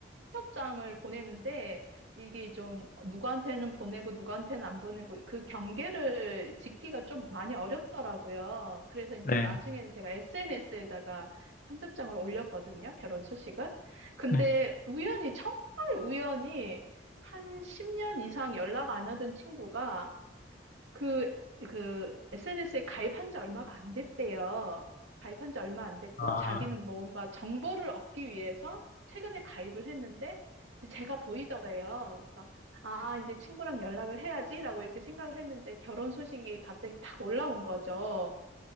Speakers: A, on the right; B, on the left.
A: 청첩장을 보내는데 이게 좀 누구한테는 보내고 누구한테는 안 보내고 그 경계를 짓기가 좀 많이 어렵더라고요. 그래서 이제
B: 네.
A: 나중에는 제가 SNS에다가 청첩장을 올렸거든요. 결혼 소식을. 근데
B: 네.
A: 우연히, 정말 우연히 한 10년 이상 연락 안 하던 친구가 그, 그 SNS에 가입한 지 얼마가 안 됐대요. 가입한 지 얼마 안 됐고
B: 아,
A: 자기는 뭔가 정보를 얻기 위해서 최근에 가입을 했는데 이제 제가 보이더래요. 그래서 아, 이제 친구랑 연락을 해야지라고 이렇게 생각을 했는데 결혼 소식이 갑자기 딱 올라온 거죠.